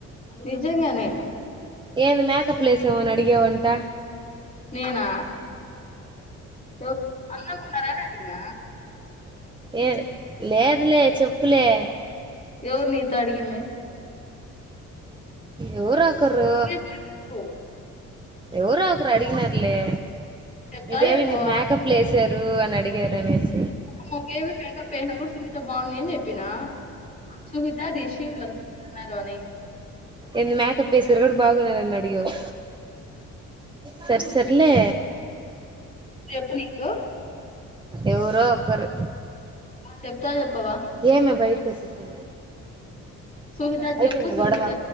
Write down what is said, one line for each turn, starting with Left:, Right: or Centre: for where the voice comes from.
Left: నిజంగానే
Right: ఏది మకప్లేలేవాడిని అడిగావ్ అంట
Left: నేనా యో అందంగా ఉన్నారని అడిగిన
Right: యే లేదులే చెప్పులే
Left: ఎవరు నీతో అడిగింది
Right: ఎవరో ఒక్కరూ
Left: చెప్పు
Right: ఎవరో ఒక్కరు అడిగినారులే
Left: చెప్తా
Right: మీ బేబీ
Left: చెప్పవా
Right: మీరు మేకప్లు వేసినారు అని అడిగారు అనేస్
Left: మా బేబీ మేకప్ ఏసినా కూడా సునీత బాగుంది అని చెప్పినా. సుహిత రిషి లో ఉన్నారని
Right: ఎద్ మేకప్ యేసిరు కూడ్ బాగునాగున్నారని అడిగావ్ సర్ సర్లే
Left: ఇప్ నీకు
Right: ఎవరో ఒక్కరు
Left: చెప్తా చెప్పవా
Right: ఏమే బయటకి వచ్చేసవ్
Left: సుహిత
Right: అయిపోందిలే
Left: చెప్పు సుహిత
Right: గొడవ